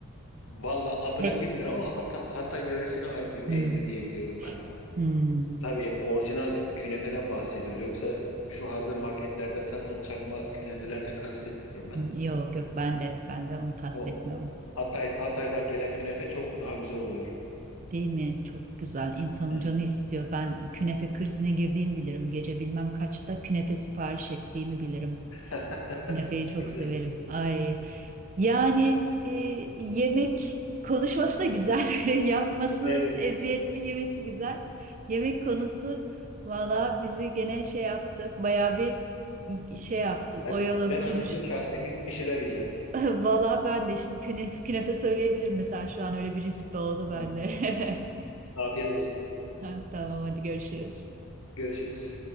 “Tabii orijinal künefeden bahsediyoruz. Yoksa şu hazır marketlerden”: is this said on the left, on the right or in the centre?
Left